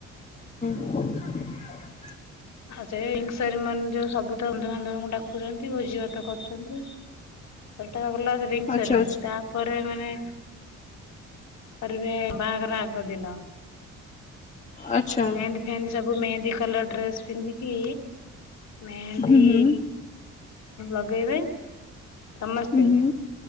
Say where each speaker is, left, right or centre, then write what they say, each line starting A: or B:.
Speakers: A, on the left (about 25°); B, on the left (about 60°).
A: <inaudible>
B: ଆଉ ସେ ରିଙ୍ଗ ସେରିମନି ଯୋଉ ସବୁ ତ ବନ୍ଧୁ ବାନ୍ଧବଙ୍କୁ ଡାକୁଛନ୍ତି ଭୋଜି ଭାତ କରୁଛନ୍ତି ସେଟା ହେଲା ରିଙ୍ଗ
A: ଆଚ୍ଛା
B: ସେରିମନି ତାପରେ ମାନେ କରିବେ ବାହାଘର ଆଗଦିନ।
A: ଆଚ୍ଛା। ଆଚ୍ଛା
B: ମେହେନ୍ଦୀ ଫେହେନ୍ଦୀ ସବୁ ମେହେନ୍ଦୀ କଲର୍ ଡ୍ରେସ୍ ପିନ୍ଧିକି। ମେହେନ୍ଦୀ
A: ହୁଁ ହୁଁ
B: ଲଗେଇବେ। ସମସ୍ତେ
A: ହୁଁ ହୁଁ